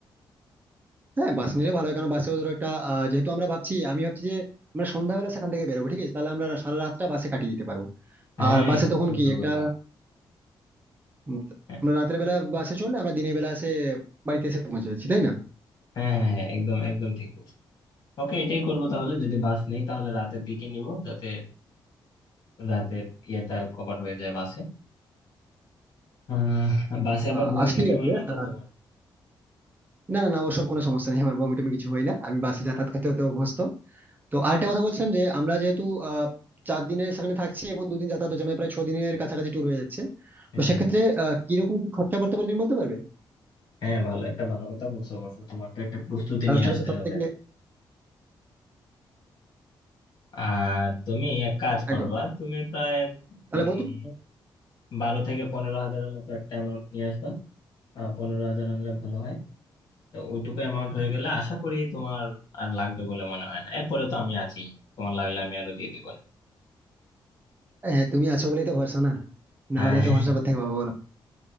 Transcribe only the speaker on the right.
হ্যাঁ বাস নিলে ভালো হয় কারণ বাসেও ধরো একটা আহ, যেহেতু আমরা ভাবছি আমি ভাবছি যে আমরা সন্ধ্যাবেলা সেখান থেকে বেরোবো ঠিক আছে তাহলে আমরা সারা রাতটা বাসে কাটিয়ে দিতে পারবো
আর বাসে
তখন
কি একটা
উম,
আমরা রাতের বেলা বাসে চললে আমরা দিনের বেলা এসে বাড়িতে এসে পৌঁছে যাচ্ছি তাই না
আহ,
আচ্ছা
ঠিক আছে
আহ,
না না না ওসব কোনো সমস্যা নেই আমার বমি টমি কিছু হয় না আমি বাসে যাতায়াত করতে হতে অভ্যস্ত তো আরেকটা কথা বলছিলাম যে আমরা যেহেতু আহ চার দিনের সেখানে থাকছি এবং দুদিন যাতায়াত হচ্ছে আমাদের প্রায় ছ দিনের কাছাকাছি ট্যুর হয়ে যাচ্ছে
তো সেক্ষেত্রে
আহ কিরকম কি খরচা পড়তে পারে তুমি বলতে পারবে
কারণ
সেটা
তো সব
থেকে
একদম
তাহলে
বলো তুমি
হ্যাঁ তুমি আছো বলেই তো ভরসা না না
হলে তো ভরসা কোথা থেকে পাবো বলো